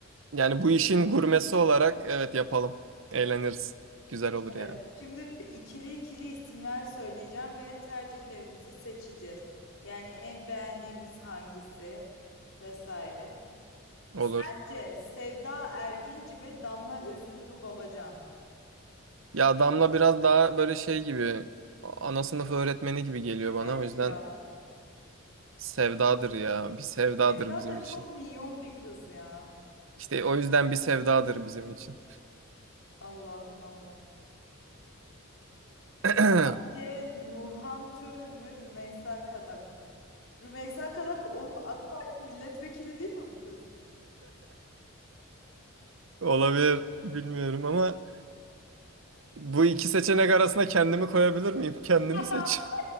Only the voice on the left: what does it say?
Evet.
Şimdi b- ikili ikili isimler söyleyeceğim ve tercihlerimizi seçeceğiz. Yani en beğendiğimiz hangisi vesaire.
Sence Sevda Erginci mi Damla Özüdürü Babacan mı?
Evet
ya.
Sevda
da
çok minyon bir kız ya.
Allah'ım Allah.
Sence Nurhan Törün mü, Rümeysa Kadak mı? Rümeysa Kadak oğlum AK Parti milletvekili değil mi bu kız?
<laughs>